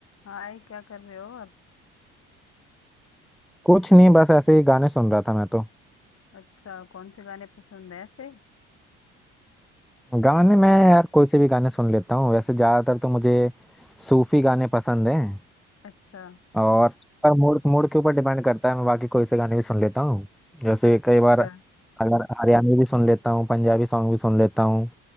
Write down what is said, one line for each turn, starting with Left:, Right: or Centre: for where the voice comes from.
Left: हाय क्या कर रहे हो आप
Centre: कुछ नहीं बस ऐसे ही गाने सुन रहा था मैं तो
Left: अच्छा कौन से गाने पसंद है ऐसे
Centre: गाने मैं यार कोई से भी गाने सुन लेता हूँ वैसे ज्यादातर तो मुझे सूफी गाने पसंद हैं
Left: अच्छा
Centre: और पर मूड मूड के ऊपर डिपेंड करता है मैं बाकी कोई से गाने भी सुन लेता हूँ जैसे
Left: अच्छा
Centre: कई
Left: अच्छा
Centre: बार अगर हरियाणवी भी सुन लेता हूँ पंजाबी सॉन्ग भी सुन लेता हूँ